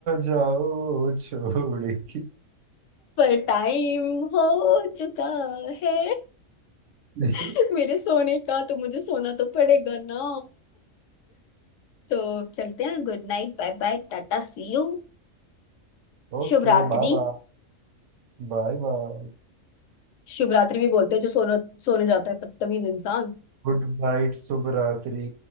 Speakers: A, on the right (about 70°); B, on the left (about 70°).
A: जाओ छोड़ के
B: पर टाइम हो चुका है
A: <laughs>
B: <laughs> मेरे सोने का तो मुझे सोना तो पड़ेगा ना तो चलते हैं good night bye bye tata see you
A: Okay
B: शुभ रात्रि
A: bye bye bye bye
B: शुभ रात्रि भी बोलते हैं जो सोना सोने जाता है बदतमीज इंसान
A: good night शुभ रात्रि